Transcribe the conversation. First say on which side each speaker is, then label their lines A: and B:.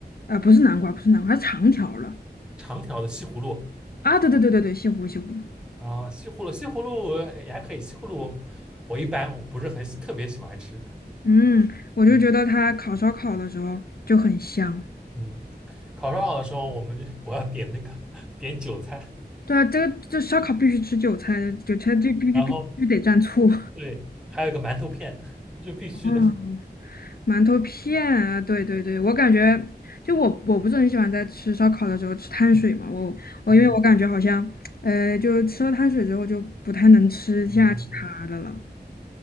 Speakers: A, on the left; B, in the centre.
A: 啊、不是南瓜，不是南瓜，它长条了
B: 长条的西葫芦
A: 啊！对对对对对，西葫芦西葫芦。
B: 啊，西葫芦西葫芦也还可以，西葫芦我一般我不是很喜特别喜欢吃。
A: 嗯，我就觉得它烤烧烤的时候就很香。
B: 嗯嗯，烤烧烤的时候，我们就我要点那个 <laughs> 点韭菜，
A: 对啊，这个这烧烤必须吃韭菜，韭菜就必必必必须得蘸醋。
B: 然后对，还有一个馒头片，<laughs> 就必须的。
A: <laughs> 馒头片啊，对对对，我感觉就我我不是很喜欢在吃烧烤的时候吃碳水嘛，我我因为我感觉好像，
B: 嗯
A: 呃，就吃了碳水之后就不太能吃下其他的了，
B: 嗯嗯，